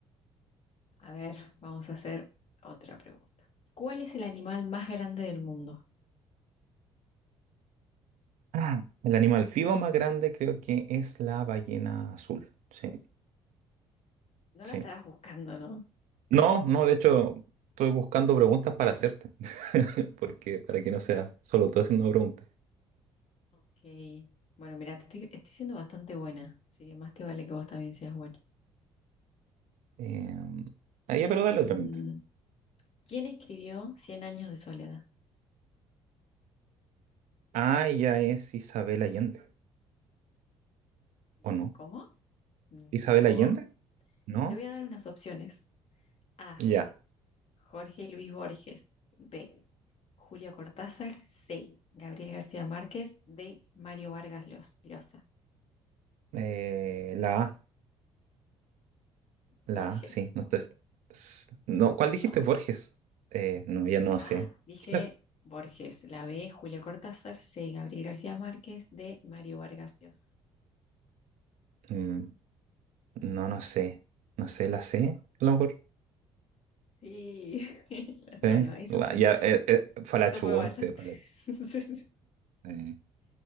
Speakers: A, on the left; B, on the right.
A: A ver, vamos a hacer otra pregunta. ¿Cuál es el animal más grande del mundo?
B: Ah, el animal vivo más grande creo que es la ballena azul. Sí,
A: No
B: sí.
A: la estarás buscando, ¿no?
B: No, no, de hecho, estoy buscando preguntas para hacerte. <laughs> Porque para que no sea solo tú haciendo preguntas.
A: Ok. Bueno, mira, te estoy, estoy siendo bastante buena, así que más te vale que vos también seas buena.
B: Eh, ah,
A: Em,
B: ya, pero dale otra mientras.
A: ¿quién escribió Cien años de soledad?
B: Ah, ella es Isabel Allende,
A: Mm,
B: ¿o no?
A: ¿Cómo? No.
B: ¿Isabel Allende? ¿No?
A: Te voy a dar unas opciones. A.
B: Ya.
A: Jorge Luis Borges. B. Julio Cortázar. C. Gabriel García Márquez. D. Mario Vargas Llos- Llosa.
B: Eh, la A, la
A: Borges.
B: A, sí. No, estoy- s- no, ¿cuál dijiste,
A: No.
B: Borges? Eh, no, ya no
A: A,
B: sé.
A: dije
B: Creo-
A: Borges, la B, Julio Cortázar, C, Gabriel García Márquez, D, Mario Vargas Llosa.
B: mm, no, no sé. No sé, la C, a lo mejor.
A: Sí, <laughs> bueno,
B: Sí,
A: eso
B: la-
A: fue,
B: ya, eh, eh, fue la
A: eso
B: chunte,
A: fue bastante,
B: fue, la-
A: <laughs>
B: eh,